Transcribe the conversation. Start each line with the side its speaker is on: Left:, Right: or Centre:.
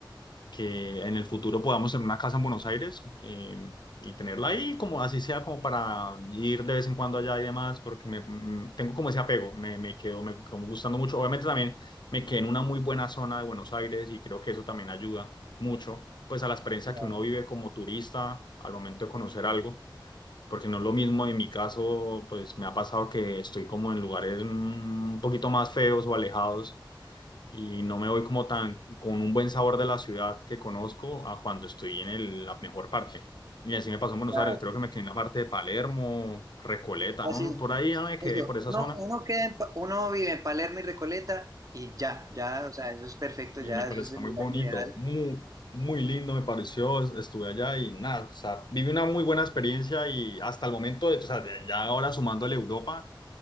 Left: que en el futuro podamos tener una casa en Buenos Aires eh, y tenerla ahí, como así sea, como para ir de vez en cuando allá y demás, porque me, mm, tengo como ese apego, me, me quedo, me como gustando mucho. Obviamente también me quedé en una muy buena zona de Buenos Aires y creo que eso también ayuda mucho, pues a la experiencia
Right: claro.
Left: que uno vive como turista al momento de conocer algo. Porque no es lo mismo
Right: mm,
Left: en mi caso, pues me ha pasado que estoy como en lugares mm, un poquito más feos o alejados y no me voy como tan con un buen sabor de la ciudad que conozco a cuando estoy en el- la mejor parte. Y así me pasó en Buenos
Right: claro.
Left: Aires, creo que me quedé en la parte de Palermo, Recoleta,
Right: Así
Left: ¿no?
Right: es.
Left: Por ahí ya me quedé,
Right: Eso,
Left: por esa
Right: uno,
Left: zona.
Right: uno, queda en Pa- uno vive en Palermo y Recoleta y ya, ya, o sea, eso es perfecto,
Left: Y
Right: ya,
Left: me pareció
Right: eso es el
Left: muy
Right: lugar
Left: bonito,
Right: ideal.
Left: muy, muy lindo me pareció, es- estuve allá y nada, o sea, viví una muy buena experiencia y hasta el momento, de- o sea, de- ya ahora sumándole Europa,